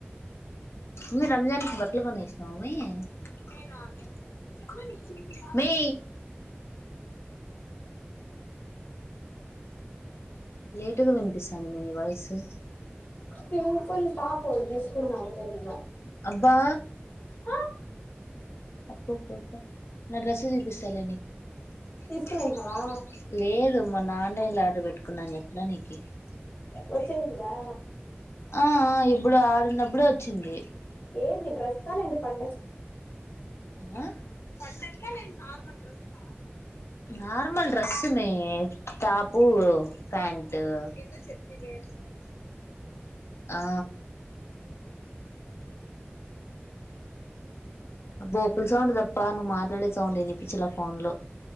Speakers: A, on the left; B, on the left.
A: మె రంజాన్ కి బట్లు కొనేస్నవ మే నేన నేన్ చ్ చెప్ల <unintelligible> మె. లేటుగ వినిపిస్తాంది మె ని వాయ్సు.
B: సింపుల్ టాపు ఒగిట్ తీస్కున్న
A: అబ్బా
B: <unintelligible>
A: అప్పొప్పొప్. న డ్రస్సు జూపిస్తాలె నీకు తీస్కునేసావా
B: తీసుకునేసినవా
A: లేదు మొన్న ఆన్లైన్లొ ఆడ్ర్ పెట్టుకున్నా అన్ చెప్పలా నీకి ఒరేయ్
B: వచ్చేసిందా
A: అ అ ఎబ్. ప్పుడు ఆడునబ్బుడే వొచ్చింది.
B: ఏంది డ్రెస్క లేదంటె పండక్
A: ఆ పండక్క లేదంటె నార్మల్ డ్రెస్స నార్మల్ డ్రస్సు మే టాపు ప్యాంటు కింద <unintelligible> ఆ. అ బోకుల్ సౌండ్ దప్ప నువ్ మాట్లాడే సౌండ్ ఇనిపిచ్చలా ఫోన్లొ.